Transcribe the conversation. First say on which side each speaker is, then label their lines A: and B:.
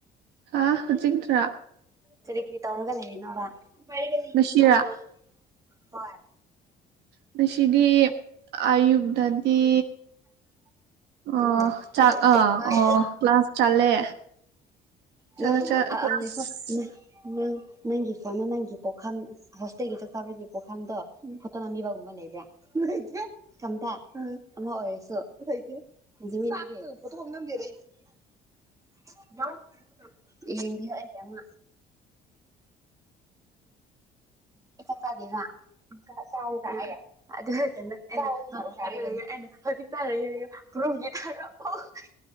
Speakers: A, on the right; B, on the right.
A: ꯍꯥ ꯍꯧꯖꯤꯛꯇ꯭ꯔꯥ
B: ꯀꯔꯤ ꯀ꯭ꯔꯤ ꯇꯧꯔꯒ ꯂꯩꯔꯤꯅꯣꯕ <unintelligible>
A: ꯉꯁꯤꯔꯥ
B: ꯍꯣꯏ
A: ꯉꯁꯤꯗꯤ ꯑꯥꯌꯨꯛꯗꯠ ꯏ ꯑꯥ
B: ꯎꯝ
A: ꯆꯥꯛ ꯑꯥ
B: ꯅꯣꯏ
A: ꯑꯣ ꯀ꯭ꯂꯥꯁ ꯆꯠꯂꯦ ꯆꯠꯂ
B: ꯅꯪ
A: ꯆꯠ
B: ꯑꯥ
A: ꯀ꯭ꯂꯥꯁ
B: ꯑꯥ ꯉꯥꯏꯈꯣ ꯅꯥ ꯅꯪ ꯅꯪꯒꯤ ꯐꯣꯟꯗꯣ ꯅꯪꯒꯤ ꯄꯣꯈꯝ ꯍꯣꯁꯇꯦꯜꯒꯤ ꯆꯥꯛ ꯆꯥꯕꯒꯤ ꯄꯣꯈꯥꯡꯗꯣ ꯐꯣꯠꯇꯣ ꯅꯝꯕꯤꯕꯒꯨꯝꯕ ꯑꯃ ꯂꯩꯕ꯭ꯔꯥ ꯂꯩꯇꯦ ꯊꯝꯗꯥ ꯑꯥ ꯑꯃ ꯑꯣꯏꯔꯁꯨ ꯂꯩꯇꯦ <unintelligible> ꯆꯥꯛꯇꯒ ꯐꯣꯇꯣ ꯑꯝ ꯅꯝꯗꯦꯗ ꯑꯩꯗꯤ <unintelligible> ꯌꯦꯡꯕꯤꯌꯣ ꯑꯩꯒꯤ ꯑꯃ ꯑꯩ ꯆꯥꯛ ꯆꯥꯗꯦꯕ ꯆꯥ ꯆꯥꯎꯀ ꯍꯥꯏꯔꯣ ꯍꯥꯏꯗꯦꯍꯦ <unintelligible> <unintelligible> ꯑꯩꯅ ꯍꯧꯖꯤꯛ ꯆꯔꯣꯏꯍꯦ <unintelligible>